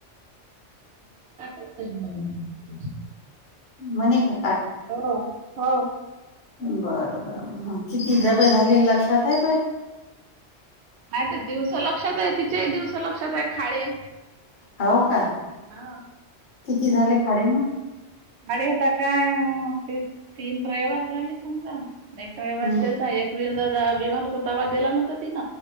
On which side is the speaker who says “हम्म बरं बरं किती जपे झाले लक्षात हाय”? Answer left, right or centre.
Left